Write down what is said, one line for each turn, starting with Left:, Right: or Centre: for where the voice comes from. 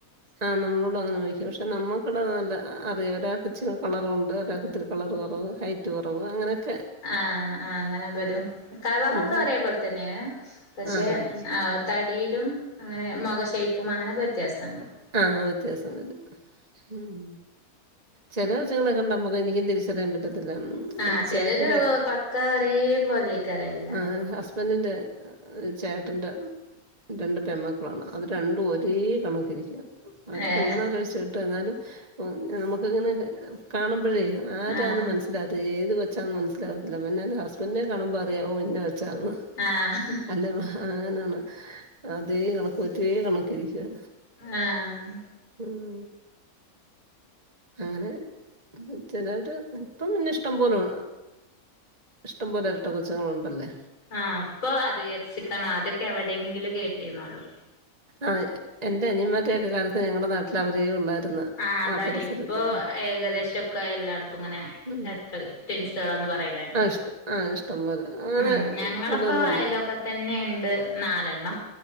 Right: ആഹ് നമ്മളോട് അങ്ങനെ ചോദിക്കും പക്ഷേ നമ്മക്കിവിടെ നല്ല അറിയാം ഒരാൾക്ക് ഇച്ചിരി കളറുണ്ട് ഒരാൾക്ക് ഇത്തിരി കളർ കുറവ് ഹൈ കുറവ് അങ്ങനൊക്കെ
Left: ആഹ് ആഹ് അങ്ങനെ വരും കളറൊക്കെ
Right: ഉം
Left: ഒരേ പോലെ തന്നെയാ പക്ഷേ
Right: ആഹ് ആഹ്
Left: തടിയിലും അങ്ങനെ മുഖം ഷേപ്പും അങ്ങനെയൊക്കെ വ്യത്യാസണ്ട്‌
Right: ആഹ് വ്യത്യാസം വരും ഉം ചെല കൊച്ചുങ്ങളെകണ്ടാ നമ്മുക്ക് എനിക്കും തിരിച്ചറിയാൻ പറ്റത്തില്ല
Left: ആഹ്
Right: എന്റെ
Left: ചെലര്
Right: ചേട്ടന്റെ
Left: പക്കാ ഒരേ പോലെയ്ക്കാരം എല്ലാതും
Right: ആഹ് ഹസ്ബൻഡിന്റെ ചേട്ടൻ്റെ രണ്ട് പെൺമക്കളാണ് അത് രണ്ടും ഒരേ കണക്കിരിക്കും അവരെ
Left: ഏഹ്
Right: കല്യാണോക്കെ കഴിച്ച് വിട്ടു എന്നാലും നമുക്കിങ്ങനെ കാണുമ്പഴേ ആരാന്ന്
Left: ആഹ്
Right: മൻസ് ല അതേത് കൊച്ചാന്ന് മനസ്സിലാകത്തില്ല പിന്നെ അതിന്റെ ഹസ്ബൻഡിനെ കാണുമ്പോ അറിയാം ഓ ഇന്ന കൊച്ചാന്ന്
Left: ആഹ്
Right: അല്ല അങ്ങനെയാണ് അതേ കണക്ക്‌ ഒരേ കണക്കിരിക്കുവാ
Left: ആഹ്
Right: ഉം അങ്ങനെ ചെലവര് ഇപ്പം പിന്നെ ഇഷ്ടം പോലും ഇഷ്ടം പോലെ ഇരട്ട കൊച്ചുങ്ങള് ഉണ്ടല്ലേ
Left: ആഹ് ഇപ്പോ അധികരിച്ചിക്കണ് അദ്യക്കെ എവിടെയങ്കിലും കേട്ടിരുന്നൊള്ളു
Right: ആഹ് എന്റെ അനിയന്മാരടെക്കെ കാലത്ത് ഞങ്ങടെ നാട്ടില് അവരെ ഉള്ളായിരുന്നു
Left: ആഹ് അതാണ്
Right: ആ പരിസരത്ത്
Left: ഇപ്പോ ഏകദേശൊക്കെ എല്ലായിടത്തും ഇങ്ങനെ
Right: ഉം.
Left: എര് ട്ടൽ റ്റിൻസാന്ന് പറയണേക്കാ
Right: ആ ഇഷ്ടം ആ ഇഷ്ടം പോലെ അങ്ങനെ
Left: ഉം ഞങ്ങളിപ്പോ
Right: കൂടുതലുണ്ട്
Left: അയലോക്ക തന്നെണ്ട് നാലെണ്ണം